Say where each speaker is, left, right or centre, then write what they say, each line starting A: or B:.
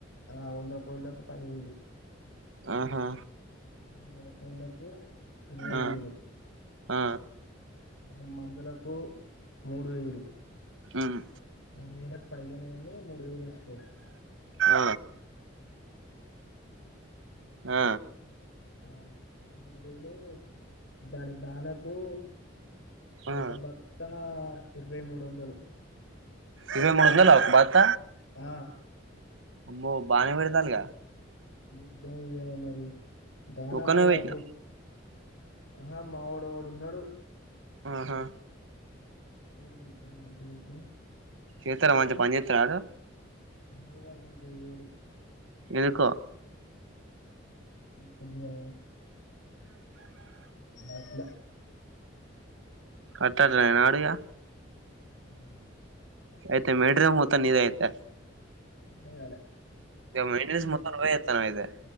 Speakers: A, on the left (about 75°); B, on the right (about 80°).
A: ఆ వంద కోళ్లకి పదివేలు
B: ఆహా
A: ముడు వందల కోల్లకు ఇరవై
B: ఆ
A: వేలు
B: ఆ
A: దాని మందులకు మూడు వేలు
B: ఉమ్
A: మూడు వేలకు పైగానే నీ మూడు వేలు వేసుకో
B: ఆ ఆ
A: ఆ మూడు వేలు దాని దానకు
B: ఆ
A: ఒక బత్త ఇరవై మూడు వందలు
B: ఇరవై మూడు వందలు ఒక బత్త
A: ఆ
B: అమ్మో బాగానే పెడతల్లుగా
A: ద్ద ఇగా మరి దాన
B: ఒక్కనివే
A: మళ్ళ
B: పెట్టినవా
A: రో ఆహా మావోడు ఒకడు ఉన్నాడు
B: ఆహా
A: అడు నేను ఇద్దరం కలిసి తెచ్చినం
B: చెత్తాడ మంచిగా పని చెత్తాడ వాడు
A: ఏ వాడు మంచిగా చేయడు
B: ఎకో
A: కొద్దిగా ఆట్లా
B: అట్లనే ఆడు ఇగా
A: హ్
B: అయితే మెటీరియల్ మొత్తం నీది అయితే
A: అర్థం కాలే
B: ఇగా మొత్తం నువ్వే చెత్తన్నావ్ అయితే